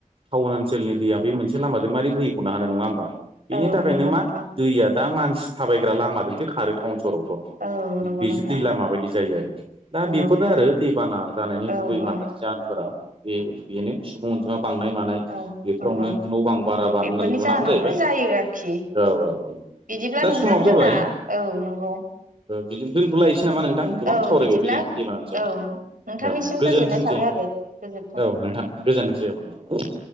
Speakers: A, on the right (about 40°); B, on the right (about 75°).
A: टाउन ओनसोलनि दैया बे मोनसे लामाजों मारै बोहैख'नो हानो नङा होमबा बेनि
B: औ
A: थाखायनो
B: नंगौ
A: मा
B: नोंथां
A: दैया दा मानसि थाबायग्रा लामाजोंसो खारो टाउन सहरावथ'
B: औ नंगौ
A: बेसो
B: नोंथां
A: दै माबायदि जायो आरो दा
B: नंगौ
A: बेफोरनो आरो दैबाना जानायनि
B: औ
A: गुबै
B: औ
A: माखासे जाहोनफोरा बे बेनो सुबुं अनजिमा बांनाय मान
B: औ
A: बेफोरावनो
B: नंगौ
A: न' बां बारा बा
B: बेफोरनि
A: लुनांगौ
B: जाहोनावनो
A: जाहैबाय।
B: जायो आरोखि
A: औ औ औ
B: बिदिब्ला
A: दा
B: नोंथां
A: समाबो
B: जोंना
A: जाबाय
B: औ- नंगौ
A: बिदि दोनथ'लायसै नामा नोंथां। गोबां
B: औ
A: सावरायबायबो
B: बिदिब्ला
A: जोङो दैबानानिसाव
B: औ नोंथांनिसिम
A: औ- गोजोनथोंसै
B: गोजोननाय थाबाय आरो गोजोन्थों
A: औ- नोंथां गोजोनथोंसै।